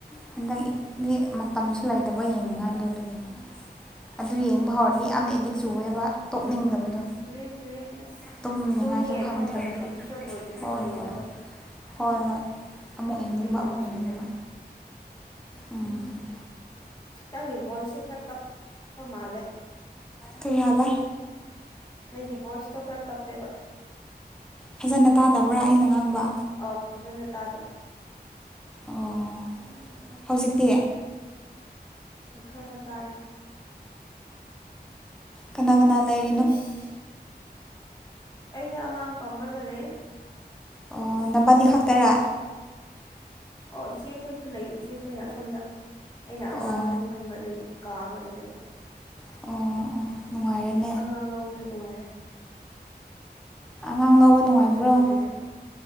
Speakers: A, in the centre; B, on the left.
A: ꯍꯟ ꯗꯛ ꯗꯤ ꯃꯇꯝꯁꯨ ꯂꯩꯇꯕ ꯌꯦꯡꯅꯤꯡꯉꯥꯏꯗꯣ ꯑꯗꯨꯒꯤ ꯑꯗꯨ ꯌꯦꯡꯕ ꯍꯧꯔꯗꯤ ꯌꯥꯝꯅ ꯑꯦꯗꯤꯛ ꯆꯨꯋꯦꯕ ꯇꯣꯛꯅꯤꯡꯗꯕꯗꯣ
B: ꯆꯨꯑꯦ ꯆꯨꯑꯦ ꯑꯁ
A: ꯇꯨꯝꯅꯤꯡꯉꯥꯏꯁꯨ
B: ꯇꯨꯝꯅꯤꯡꯉꯥꯏ
A: ꯈꯪꯗ꯭ꯔꯦꯕ
B: ꯈꯪꯗꯕꯅꯦ ꯑꯦꯄꯤꯁꯣꯠ ꯂꯣꯏꯗ꯭ꯔꯤꯐꯥꯎ
A: ꯍꯣꯏ
B: ꯌꯦꯡꯕꯗꯣ
A: ꯍꯣꯏ ꯍꯣꯏ ꯍꯣꯏ ꯑꯃꯨꯛ ꯌꯦꯡꯅꯤꯡꯕ
B: ꯏꯗꯤꯛ ꯌꯥꯝ
A: ꯑꯃꯨꯛ
B: ꯆꯨꯕꯅꯤ
A: ꯌꯦꯡꯅꯤꯡꯕ ꯎꯝ
B: ꯅꯪꯒꯤ ꯚꯣꯏꯁꯁꯦ ꯈꯔ ꯇꯞꯄ ꯃꯥꯜꯂꯦ
A: ꯀꯩ ꯍꯥꯏꯕ
B: ꯅꯪꯒꯤ ꯚꯣꯏꯁꯇꯣ ꯈꯔ ꯇꯞꯄꯦꯕ
A: ꯐꯥꯖꯅ ꯇꯥꯗꯕ꯭ꯔꯥ ꯑꯩꯅ ꯉꯥꯡꯕ
B: ꯑꯥ ꯐꯥꯖꯅ ꯇꯥꯗꯕ
A: ꯑꯣ ꯍꯧꯖꯤꯛꯇꯤ
B: ꯈꯔ ꯈꯔ ꯇꯥꯔꯦ
A: ꯀꯅꯥ ꯀꯅꯥ ꯂꯩ
B: ꯍꯩꯁ ꯑꯩꯅ ꯑꯉꯥꯡ ꯄꯝꯔꯒ ꯂꯩꯌꯦ
A: ꯑꯣ ꯅꯕꯥꯅꯤ ꯈꯥꯛꯇꯔꯥ
B: ꯑꯣ ꯏꯆꯦꯈꯣꯏꯁꯨ ꯂꯩ ꯏꯆꯦꯈꯣꯏꯅ ꯑꯁꯣꯝꯗ ꯑꯩꯅ ꯑꯉꯥꯡ
A: ꯑꯣ ꯑꯣ
B: ꯇꯨꯝꯍꯟꯕ ꯑꯗꯨꯒꯤ ꯀꯥ ꯑꯃꯗ ꯂꯩꯕ
A: ꯑꯣ ꯑꯣ ꯅꯨꯡꯉꯥꯏꯔꯦꯅꯦ
B: ꯑꯉꯥꯡ ꯂꯧꯕꯗꯣ ꯅꯨꯡꯉꯥꯏꯔꯦ
A: ꯑꯉꯥꯡ ꯂꯧꯕ
B: ꯊꯕꯛ
A: ꯅꯨꯡꯉꯥꯏꯕ꯭ꯔꯣ
B: ꯁꯨꯗꯕꯤꯗ